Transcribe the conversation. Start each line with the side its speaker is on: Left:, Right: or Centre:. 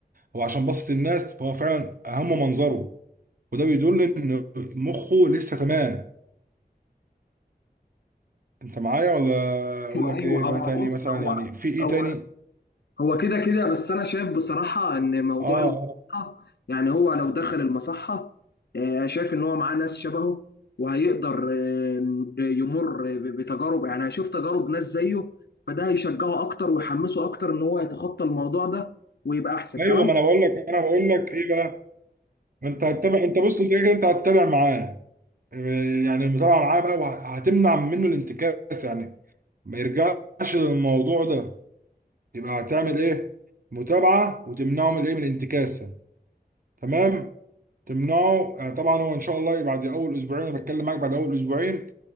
Right: هو عشان بسط الناس فهو فعلا أهم منظره وده بيدل ان مخه لسه تمام انت معايا ولا اقول
Left: ايوه
Right: لك
Left: ايوه
Right: ايه بقى
Left: هو
Right: تاني
Left: بص
Right: مثلا
Left: هو
Right: يعني في ايه
Left: هو
Right: تاني
Left: هو كده كده بس انا شايف بصراحه ان موضوع
Right: اه
Left: المصحه
Right: آه.
Left: يعني هو لو دخل المصحه آه، شايف ان هو معاه ناس شبهه وهيقدر آه، يمر ب- بتجارب يعني هيشوف تجارب ناس زيه فده هيشجعه اكتر ويحمسه اكتر ان هو يتخطى الموضوع ده ويبقى احسن
Right: ايوه
Left: كمان
Right: ما انا بقول لك انا بقول لك ايه بقى ما انت هتتابع انت بص انت كده كده انت هتتابع معاه يعني المتابعه معاه بقى وهتمنع منه الانتكاس يعني ما يرجعش للموضوع ده يبقى هتعمل ايه متابعه وتمنعه من ايه من الانتكاسه تمام تمنعه آه، طبعا هو ان شاء الله بعد اول اسبوعين انا بتكلم معاك بعد اول اسبوعين